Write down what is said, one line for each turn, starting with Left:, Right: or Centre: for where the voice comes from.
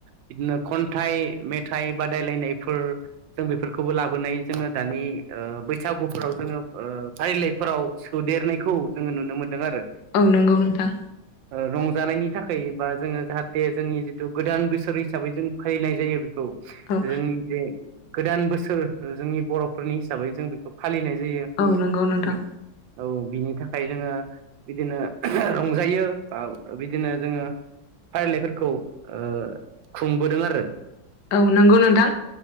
Right: बिदिनो खन्थाइ मेथाइ बादायलायनायफोर जों बेफोरखौबो लाबोनाय जोङो दानि ओ बैसागुफोराव जोङो ओ फारिलाइफोराव सोदेरनायखौ जोङो नुनो मोन्दों आरो।
Left: औ नंगौ नोंथां।
Right: ओ रंजानायनि थाखाय बा जोङो जाहाथे जोंनि जिथु गोदान बोसोर हिसाबै जों फालिनाय जायो बेखौ।
Left: औ
Right: जोंनि बे गोदान बोसोर जोंनि बर'फोरनि हिसाबै जों बेखौ फालिनाय जायो
Left: औ नंगौ नोंथां
Right: । औ । बिनि थाखाय जोङो बिदिनो रंजायो ओ बिदिनो जोङो फारिलाइफोरखौ ओ खुंबोदों आरो।
Left: औ नंगौ नोंथां